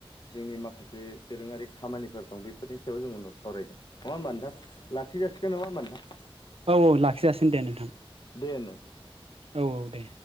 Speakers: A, on the left (about 50°); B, on the right (about 75°).
A: जोंनि माखासे दोरोङारि खामानिफोर दं बेफोरनि सायाव जों उनाव सावरायगोन नङा होमबा नोंथां लाखि जासिगोन नंङा होमबा नोंथां
B: औ-औ लाखिजासिनो दे नोंथां
A: दे नोंथां
B: औ-औ दे